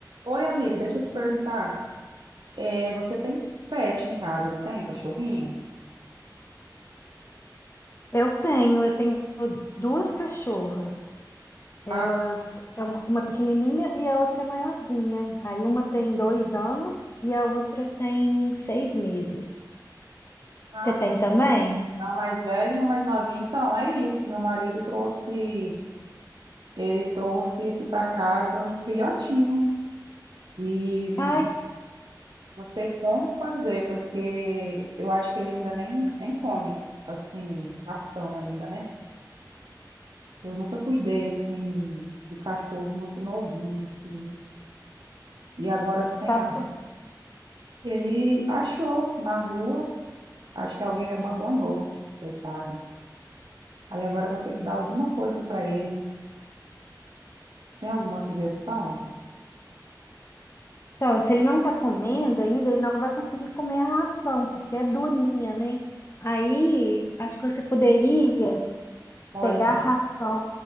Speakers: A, on the right; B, on the left.
A: Oi, amiga, deixa eu te perguntar. É, você tem pet em casa, não tem? Cachorrinho?
B: Eu tenho, eu tenho duas cachorras. Elas,
A: Ah,
B: é uma uma pequenininha e a outra é maiorzinha. Aí uma tem dois anos e a outra tem seis meses.
A: tá.
B: Você tem também?
A: A mais velha e uma mais novinha. Então, é isso. Meu marido trouxe, ele trouxe aqui para casa um filhotinho. E não,
B: Ai,
A: não sei como fazer, porque eu acho que ele ainda nem, nem come, assim, ração ainda, né? Eu nunca cuidei, assim, de cachorro muito novinho, assim. E agora, sem
B: tá.
A: a... Ele achou na rua Acho que alguém abandonou, coitado. Aí agora eu vou ter que dar alguma coisa para ele. Tem alguma sugestão?
B: Então, se ele não tá comendo ainda, ele não vai conseguir comer a ração, porque é durinha, né? Aí, acho que você poderia
A: Olha,
B: pegar a ração